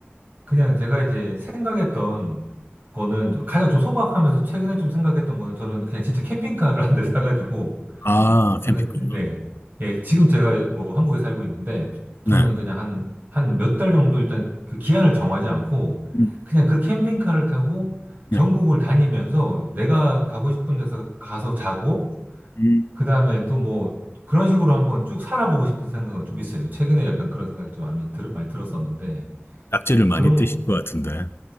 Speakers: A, on the right; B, on the left.
A: 그냥 제가 이제 생각했던 거는 좀- 가장 좀 소박하면서 최근에 좀 생각했던 거는 저는 그냥 진짜 캠핑카를 한 대 사가지고
B: 아,
A: 저는
B: 캠핑카.
A: 예, 예, 지금 제가 뭐 한국에 살고 있는데 저는
B: 네.
A: 그냥 한, 한 몇 달 정도 일단 그 기한을 정하지 않고
B: 음,
A: 그냥 그 캠핑카를 타고
B: 네.
A: 전국을 다니면서 내가 가고 싶은 데서 가서 자고
B: 음.
A: 그 다음에 또 뭐 그런 식으로 한번 쭉 살아보고 싶은 생각은 좀 있어요. 최근에 약간 그런 생각이 좀 많이 들- 많이 들었었는데
B: 낙지를 많이
A: 그런
B: 뜨실
A: 거.
B: 것 같은데.